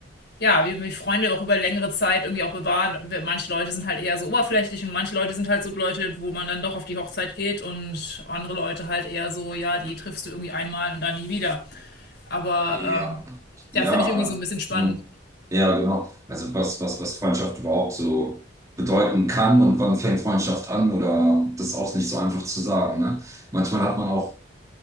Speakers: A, on the left; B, on the right.
A: ja, wie mich Freunde auch über längere Zeit irgendwie auch bewahren. Manche Leute sind halt eher so oberflächlich und manche Leute sind halt so Leute, wo man dann doch auf die Hochzeit geht und andere Leute halt eher so, ja, die triffst du irgendwie einmal und dann nie wieder. Aber
B: Ja.
A: ähm,
B: Ja.
A: ja, finde ich irgendwie so ein bisschen spannend.
B: Hm. Ja, genau. Also was, was, was Freundschaft überhaupt so bedeuten kann und wann fängt Freundschaft an oder das ist auch nicht so einfach zu sagen, ne? Manchmal hat man auch